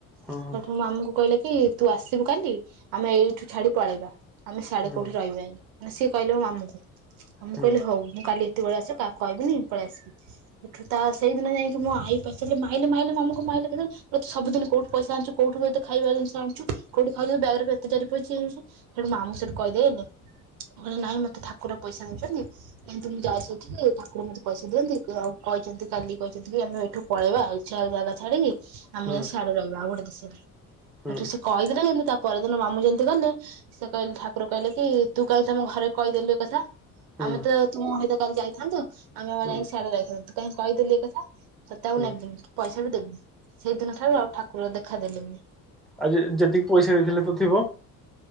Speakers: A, in the centre; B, on the right (about 50°).
A: ହୁଁ
B: ସେଠୁ ମାମୁଁ କୁ କହିଲେ କି ତୁ ଆସିବୁ କାଲି ଆମେ ଏଇଠୁ ଛାଡି ପଳେଇବା। ଆମେ ସିଆଡେ
A: ହୁଁ
B: କୋଉଠି ରହିବା ମାନେ ସିଏ କହିଲେ ମୋ ମାମୁଁ କୁ ଆମୁକୁ
A: ହୁଁ
B: କହିଲେ ହଉ ମୁଁ କାଲି। କେତେବେଳେ ଆସି କାହା କହିବୁନି ପଳେଇ ଆସିବୁ। ଏଠୁ ତ ସେଇଦିନ ଯାଇକି ମୁଁ ଆଇ ପଚାରିଲେ ମାଇଲେ ମାଇଲେ ମାମୁଁ ଙ୍କୁ ମାଇଲେ। ସବୁଦିନ କୋଉଠୁ ପଇସା ଆଣୁଛୁ କୋଉଠୁ ଏତ ଖାଇବା ଜିନିଷ। କୋଉଠି ଖାଉଛୁ ବ୍ୟାଗରେ କେତେ ଜରି ପଇଚି ହଉଛି ସେଠୁ ମାମୁଁ ଙ୍କୁ ସେଉଠୁ କହିଦେଲେ। ଟେ ନାଇଁ ମତେ ଠାକୁର ପଇସା ନେଇଛନ୍ତି। ଏମିତି ମୁଁ ଯାଇଥିଲି ଠାକୁର ମତେ ପଇସା ଦିଅନ୍ତି ଆଉ କହିଛନ୍ତି କାଲି କହିଛନ୍ତି କି ଆମେ ସେଠୁ ପଳେଇବା ଆଉ ଚାଲେ ଜାଗା ଛାଡିକି ଆମେ
A: ହୁଁ
B: ସିଆଡେ ରହିବା ଆଉ ଗୋଟେ ଦେଶରେ ସେଠୁ।
A: ହୁଁ
B: କହିଦେଲେ ଯେମିତି ତାପଦିନ ମାମୁଁ ଯେମିତି ଗଲେ ସେ କହିଲେ ଠାକୁର କହିଲେ କି ତୁ କାହିଁ ତମ ଘରେ କହିଦେଲୁ ଏ କଥା।
A: ହୁଁ
B: ଆମେ ତ ତୁମ ସତ କାଲି ଯାଇଥାନ୍ତୁ ଆମେ
A: ହୁଁ
B: ଯାଇକିଆଡେ ଯାଇଥାନ୍ତୁ ତୁ କାହିଁ କହିଦେଲୁ ଏ କଥା। ତତେ ଆଉ
A: ହୁଁ।
B: ନେବିନି ପଇସା ବି ଦେବିନି ସେଇଦିନ ଠାରୁ ଆଉ ଠାକୁର ଦେଖାଦେଲେନି।
A: ଆଜି ଯେତିକି ପଇସା ଦେଇଥିଲେ ତ ଥିବ।